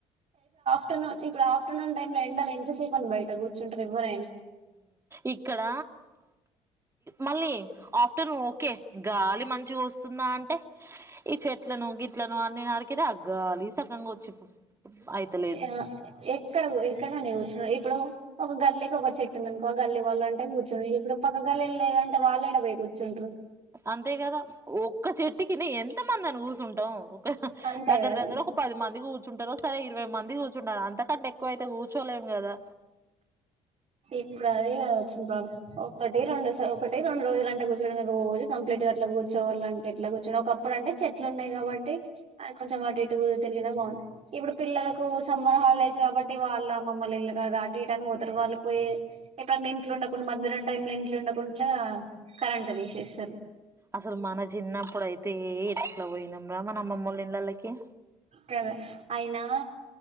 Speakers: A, on the right; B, on the right.
A: ఆఫటనూన్ ఇప్పు ఆఫ్ర్నూన్ టై ఎండాల ఎంతసేపు అని బయట కూర్చుంటారు ఎవర
B: ఇక్కడ మళ్ళీ ఆఫ్టర్నూన్ ఓకే గాలి మంచిగ వస్తుందా అంటే ఈ చెట్లను గిట్లను అన్ని నరికిన గాలి సక్కంగా వచ్చి అయితలేదు
A: ఆ ఎక్కడ ఎక్కడని కూర్చున్నాడు ఇప్పుడు ఒక గల్లీకి ఒక చెట్టు ఉందినుకో గల్లి వాళ్ళు అంటే కూర్చు ఇప్పుడు పక్క గల్లీ లేదంటే వాళ్ళుడ పోయి కూర్చుంటారు
B: అంతే కదా ఒక్క చెట్టుకినే ఎంత మంది అని కుసు ఉంటాం
A: అంతే
B: దగ్గర
A: కదా
B: దగ్గర ఒక పది మందికి కూ ఉంటార సే ఇరవై మంది కూర్చుంటారు అంతకంట ఎక్కువ అయితే కూర్చోలేము కదా
A: ఇప్పుడు అది వచ్చంది ప్రాబ్ల ఒకటి రెండు ఒకటి రెండు రోజులు అంటే కూర్చుని రోజు కంప్లీట్ గా అట్లా కూర్చోవాళ్ళు అే ఇట్లా కూర్చొడి ఒకప్పుడు అంటే చెట్లున్నాయి కాబట్టి అది కొంచెం అటు ఇటు తిరిగినా బాగుంటయి ఇప్పుడు పిల్లలకు సమ్మర్ హాలిడేస్ కాబట్టి వాళ్ళుమ్మమ్మల్ ఇల్లుారు అటు ఇటు అని పోతారు వాళ్ళు పోయి ఎప్పుడన్న ఇంట్లో ఉండకుండా మధ్యనం టై లో ఇంట్లో ఉండకుండా కరెంట్ తీసేస్తారు
B: అసలు మన చిన్నప్పుడు అయితే వొనంరా మన అమ్మ నమ్మ్మలు ఇలలకి
A: కదా అయినా